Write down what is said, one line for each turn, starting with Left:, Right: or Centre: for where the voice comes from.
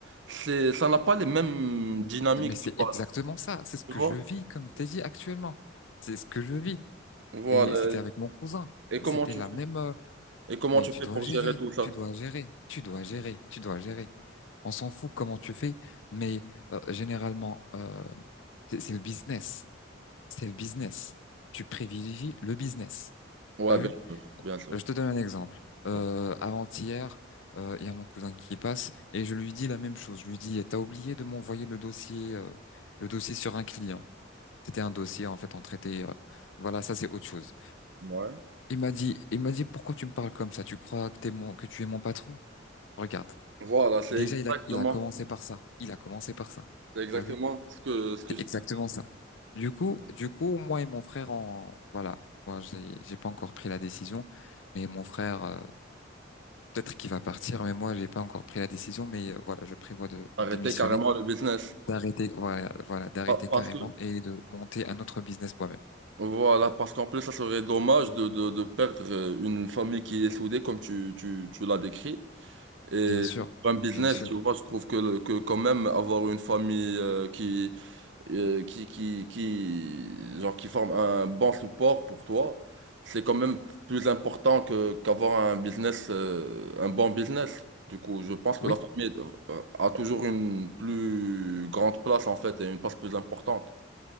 Right: C'est, ça n'a pas les mêmes dynamiques
Left: Mais c'est
Right: de base,
Left: exactement ça. C'est ce que
Right: tu vois?
Left: je vis, comme je t'ai dit actuellement. C'est ce que je vis.
Right: Voilà.
Left: Et c'était avec mon cousin.
Right: Et comment
Left: C'était
Right: tu
Left: la
Right: fais?
Left: même. euh,
Right: Et comment
Left: mais
Right: tu
Left: tu
Right: fais
Left: dois
Right: pour
Left: gérer,
Right: gérer tout ça?
Left: tu dois gérer, tu dois gérer, tu dois gérer. On s'en fout comment tu fais, mais euh, généralement, euh, c'est c'est le business. C'est le business. Tu privilégies le business.
Right: Ouais,
Left: T'as vu?
Right: bien sûr, bien sûr.
Left: Euh, Je te donne un exemple. Euh,
Right: Ouais.
Left: avant-hier, euh, il y a mon cousin qui passe et je lui dis la même chose. Je lui dis, t'as oublié de m'envoyer le dossier, euh, le dossier sur un client. C'était un dossier, en fait, on traitait, euh, voilà, ça c'est autre chose.
Right: Ouais.
Left: Il m'a dit, il m'a dit, pourquoi tu me parles comme ça? Tu crois que t'es mon, que tu es mon patron? Regarde.
Right: Voilà, c'est
Left: Déjà,
Right: exactement,
Left: il a, il a commencé par ça. Il a commencé par ça.
Right: c'est exactement
Left: T'as vu?
Right: ce que, ce que
Left: C'est
Right: je
Left: exactement
Right: te dis.
Left: ça. Du coup, du coup, moi et mon frère, en, voilà. Moi, j'ai, j'ai pas encore pris la décision, mais mon frère, euh, peut-être qu'il va partir, mais moi, j'ai pas encore pris la décision, mais euh, voilà, je prévois de,
Right: Arrêter
Left: de démissionner,
Right: carrément le business.
Left: d'arrêter, voilà, voilà, d'arrêter
Right: Pa- Parce
Left: carrément
Right: que,
Left: et de monter un autre business moi-même.
Right: voilà, parce qu'en plus, ça serait dommage de, de, de perdre euh, une famille qui est soudée, comme tu, tu, tu l'as décrit. Et
Left: Bien sûr.
Right: pour un business,
Left: Bien sûr.
Right: tu vois, je trouve que, le- que quand même avoir une famille euh, qui, euh, qui, qui, qui, genre, qui forme un bon support pour toi, c'est quand même plus important que, qu'avoir un business, euh, un bon business. Du coup, je pense que
Left: Oui
Right: la famille euh, a toujours une plus grande place, en fait, et une place plus importante.